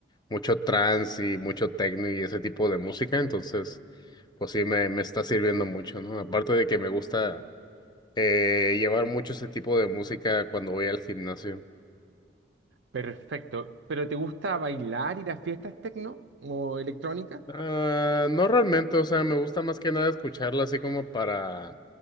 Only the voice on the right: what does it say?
perfecto. ¿Pero te gusta bailar, ir a fiestas tecno o electrónica?